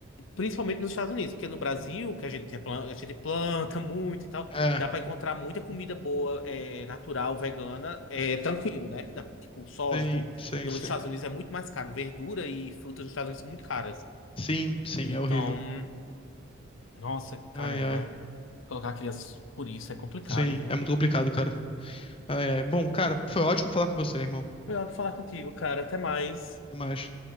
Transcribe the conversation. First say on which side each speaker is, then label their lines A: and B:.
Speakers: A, on the left; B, on the left.
A: Principalmente nos Estados Unidos, porque no Brasil, que a gente, tem plan- a gente planta muito e tal,
B: É,
A: dá pra encontrar muita comida boa, é, natural, vegana, é, tranquilo, né? Dá, tipo, soja,
B: sim,
A: tudo.
B: sim,
A: Nos
B: sim.
A: Estados Unidos é muito mais caro. Verdura e frutas nos Estados Unidos são muito caras.
B: Sim, sim,
A: Então,
B: é horrível.
A: nossa, caramba,
B: Ai, ai.
A: colocar crianças por isso é complicado,
B: Sim,
A: viu?
B: é muito complicado, cara. Ai, ai. Bom, cara, foi ótimo falar com você, irmão.
A: Melhor falar contigo, cara. Até mais.
B: Até mais.